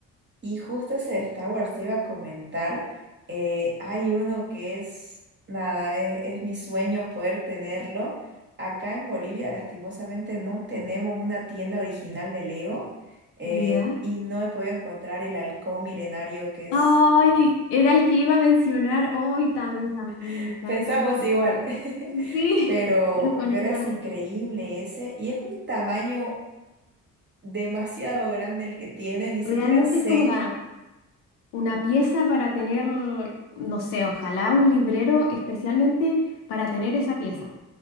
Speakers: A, on the right (about 30°); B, on the left (about 85°).
A: Y justo ese de Star Wars te iba a comentar, eh, hay uno que es, nada, es, es mi sueño poder tenerlo. Acá en Bolivia, lastimosamente, no tenemos una tienda original de Lego eh,
B: Ujú, ¿Ya?
A: y no he podido encontrar el halcón milenario que es,
B: Ay, era el que iba a mencionar. Ay, también, también
A: <laughs>
B: me encanta
A: pensamos
B: ese.
A: igual, <laughs>
B: Sí,
A: pero,
B: <laughs> nos conectamos.
A: pero es increíble ese y es un tamaño demasiado grande el que tiene, ni siquiera
B: Realmente
A: sé.
B: es como la una pieza para tener, no sé, ojalá un librero especialmente para tener esa pieza,